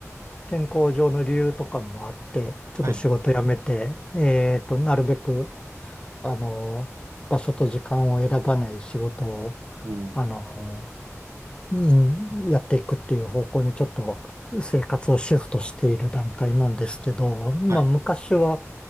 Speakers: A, on the left; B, on the right.
A: 健康上の理由とかもあって、ちょっと仕事辞めて、
B: はい。
A: えっと、なるべく、あの場所と時間を選ばない仕事を、
B: おー
A: あのうん、やっていくっていう方向にちょっと生活をシフトしている段階なんですけど、まあ昔は
B: はい。